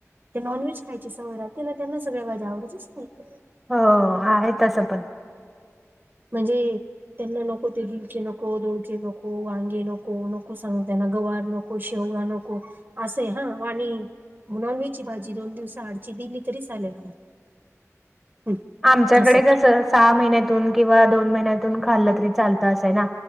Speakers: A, on the right; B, in the centre.
A: ते नॉनव्हेज खायचे सवय राहते ना त्यांना सगळ्या भाज्या आवडतच नाही.
B: हो आहेत तसं पण.
A: म्हणजे त्यांना नको ते गिलके नको धोळके नको वांगे नको नको सांग त्यांना गवार नको! गवार नको शेवगा नको असा आहे हा वाणी मग नॉनव्हेज ची भाजी दोन दिवस आडची दिली तरी चालेल. हम्
B: आमच्याकडे
A: असं!
B: कसं सहा महिन्यातून किंवा दोन महिन्यातून खाल्लं तरी चालतं असंय ना.